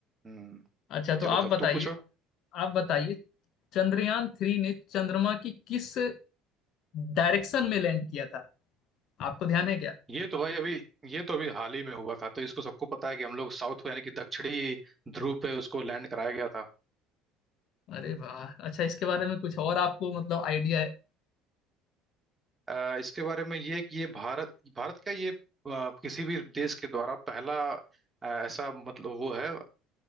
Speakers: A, on the right (about 15°); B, on the left (about 60°).
A: हम्म
B: अच्छा तो
A: चलो
B: आप
A: तब
B: बताइए
A: तुम पूछो
B: आप बताइए चंद्रयान थ्री ने चंद्रमा की किस डायरेक्शन में लैंड किया था आपको ध्यान है क्या
A: ये तो भाई अभी ये तो अभी हाल ही में हुआ था तो इसको सबको पता है कि हम लोग साउथ को यानी कि दक्षिणी ध्रुव पे उसको लैंड कराया गया था
B: अरे वाह अच्छा इसके बारे में कुछ और आपको मतलब आइडिया है
A: अ, इसके बारे में ये कि ये भारत भारत का ये अ, किसी भी देश के द्वारा पहला अ, ऐसा मतलब वो है